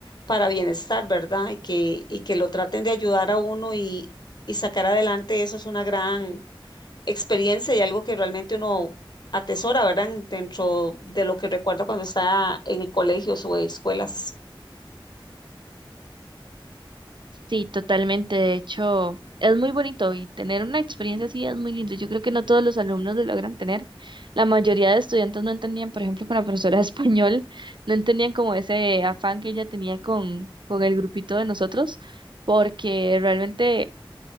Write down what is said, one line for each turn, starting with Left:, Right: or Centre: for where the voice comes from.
Left: para bienestar, ¿verdad? Y que, y que lo traten de ayudar a uno y, y sacar adelante, eso es una gran experiencia y algo que realmente uno atesora, ¿verdad? en- Dentro de lo que recuerda cuando está en el colegio o escuelas.
Right: Sí, totalmente. De hecho, es muy bonito y tener una experiencia así es muy lindo. Yo creo que no todos los alumnos lo logran tener. La mayoría de estudiantes no entendían, por ejemplo, con la profesora de <laughs> español, no entendían como ese afán que ella tenía con, con el grupito de nosotros, porque realmente